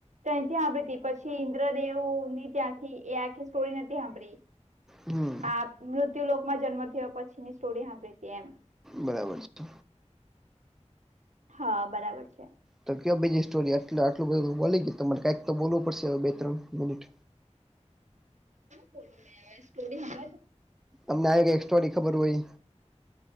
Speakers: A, on the right; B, in the centre.
A: ત્યાથી સાંભળીતી પછી ઇન્દ્રદેવ ની ત્યાંથી એ આખી સ્ટોરી નથી સાંભળી
B: હમ
A: આ મૃત્યુ લોકમાં જન્મ થયો પછીની સ્ટોરી સાંભળી હતી એમ
B: બરાબર છે
A: હા બરાબર છે
B: તો ક બીજી સ્ટોરીટલે આટું બધું બોલી ગય તમારે કઈક તો બોવું પડશે બે ત્રણ મિનિટ
A: બો મે સ્ટોરી હ
B: તમને આવી કઈ સ્ટોરી ખબર હોય